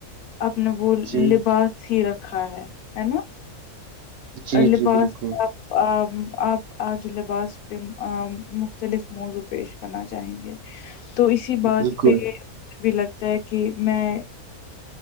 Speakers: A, on the left; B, on the right.
A: آپ نے وہ
B: جی
A: لباس ہی رکھا ہے ہے نا
B: جی
A: ال لباس
B: جی بالکل
A: آپ آج لباس پہ مختلف موضوع پیش کرنا چاہیں گے تو اسی بات
B: بالکل
A: پہ مجھے بھی لگتا ہے کہ میں